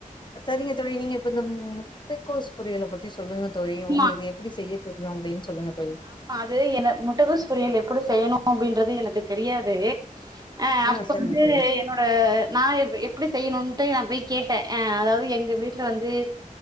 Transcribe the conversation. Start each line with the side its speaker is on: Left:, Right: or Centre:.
Left: செரிங்க தோழி நீங்க இப்ப இந்த முட்ட கோஸ் பொரியல பத்தி சொல்லுங்க தோழி
Right: ஆமா
Left: உங்களுக்கு எப்டி செய்யத் <unintelligible> அப்டின்னு சொல்லுங்க தோழி
Right: ஆமா அது என்ன முட்டகோஸ் பொரியல் எப்டி செய்யணு அப்டின்றது எனக்குத் தெரியாது அ அப்போ
Left: ஆ சரிங்க
Right: வந்து
Left: தோழி
Right: என்னோட நா இப் எப் எப்டி செய்ணுன்டு நா பேய் கேட்ட அ அதாவது எங்க வீட்ல வந்து